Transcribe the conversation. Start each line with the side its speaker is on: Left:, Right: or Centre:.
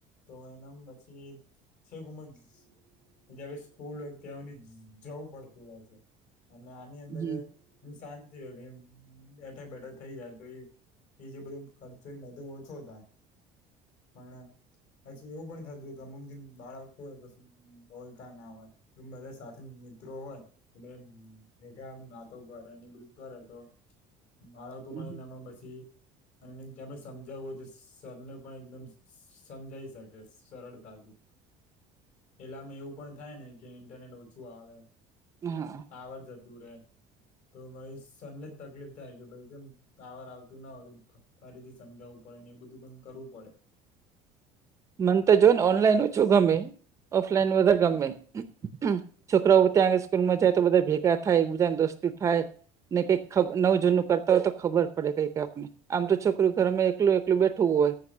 Left: તો એના પછી, છે વિમેન્સ. જ્યાં સુધી સ્કૂલ હોય ત્યાં સુધી જવું પડતું હોય છે. અને આવી અંદર
Right: હમ
Left: એમ શાંતિ હોય. બેઠા બેઠા થઈ જાતુ. એ જે બધું ખર્ચું બધું ઓછો થાય. પણ, પછી એવું પણ થતું હોય કે અમુક જે બાળક હોય. બોલતા ન હોય. તો બધા સાથે મિત્રો હોય કે બે ભેગા વાતો કરે બાળકો
Right: હમ.
Left: પણ એનામાં પછી. અને જેને આપણે સમજાવવું હોય તો સરને પણ એકદમ સમજાવી શકે. સરળતાથી. પેલામાં એવું પણ થાય ને કે ઇન્ટરનેટ ઓછું આવે.
Right: હા.
Left: ટાવર જતું રે તો ભાઈ સરને જ તકલીફ થાય કે ભાઈ કેમ ટાવર આવતું ના હોય તો ફરીથી સમજાવવું પડે ને એ બધું પણ કરવું પડે.
Right: મન તો જોને ઓનલાઈન ઓછું ગમે. ઓફલાઈન વધારે ગમે. હમમ. છોકરાઓ ત્યાં સ્કૂલમાં જાય, તો બધા ભેગા થાય એક બીજાને દોસ્તી થાય. ને કંઈક નવ જૂનું કરતા હોય તો ખબર પડે કંઈક આપને. આમ તો છોકરું ઘરમાં એકલું એકલું બેઠું હોય.